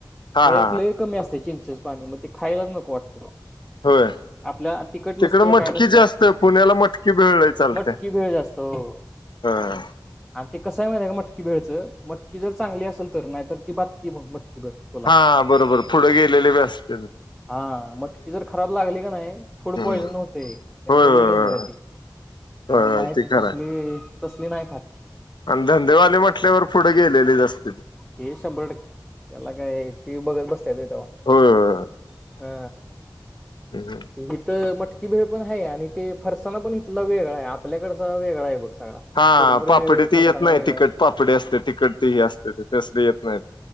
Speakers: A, on the left (about 80°); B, in the centre.
A: हा
B: त्यातलं
A: हा
B: कमी असते चिंचेच पाणी मग ते खायलाच नको वाटते.
A: होय.
B: आपल्या तिखट नसते
A: तिकड मटकी
B: काय नसत्या
A: जास्त पुण्याला मटकी भेळ लय चालतीय.
B: मटकी भेळ जास्त हो
A: हा
B: आणि ते कसंय माहित आहे का मटकी भेळचं मटकी जर चांगली असेल तर नाही तर ती बातती मग मटकी भेळ. तुला
A: हा बरोबर पुढं गेलेले बी असते.
B: हा मटकी जर खराब लागली का नाही फूड
A: हम्म
B: पॉइझन होते त्यामुळे
A: होय होय
B: लय डेंजर आहे ते त्यामुळे
A: होय
B: आहे
A: ते
B: ती
A: खरं
B: तसली तसली नाही खात.
A: आणि धंदेवाले म्हटल्यावर पुढे गेलेले असती.
B: ते शंभर टक्के त्याला काय ते बघत बसता होय तेव्हा
A: होय
B: हा
A: हं
B: हिथं मटकी भेळ पण आहे आणि ते फरसाना पण इथला वेगळा आहे आपल्याकडचा वेगळा आहे बघ सगळा.
A: हा
B: चिरमुरे
A: पापडी
B: वेगळे
A: त
B: फरसाना
A: येत नाही
B: वेगळा
A: तिखट पापडी असते तिखट ती हा असते तसलं येत नाही.